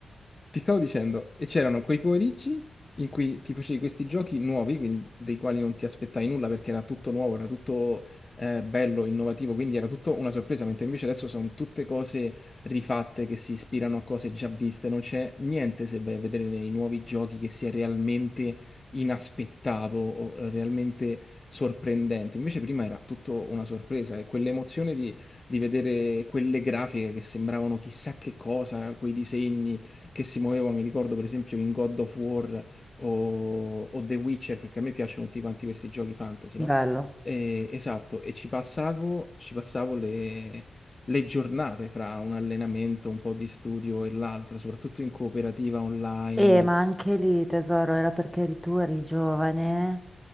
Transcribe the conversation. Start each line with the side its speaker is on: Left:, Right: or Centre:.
Left: ti stavo dicendo, e c'erano quei pomeriggi in cui ti facevi questi giochi nuovi, quindi dei quali non ti aspettavi nulla perché era tutto nuovo, era tutto eh, bello, innovativo, quindi era tutto una sorpresa, mentre invece adesso sono tutte cose rifatte che si ispirano a cose già viste, non c'è niente se vai a vedere nei nuovi giochi che sia realmente inaspettato o eh, realmente sorprendente. Invece prima era tutto una sorpresa e quell'emozione di, di vedere quelle grafiche che sembravano chissà che cosa, quei disegni che si muovevano, mi ricordo per esempio in God of War o, o The Witcher, perché a me piacciono tutti quanti questi giochi fantasy, no?
Centre: Bello.
Left: Eh, esatto, e ci passavo, ci passavo le, le giornate fra un allenamento, un po' di studio e l'altro, soprattutto in cooperativa online.
Centre: eh, ma anche lì, tesoro, era perché eri tu eri giovane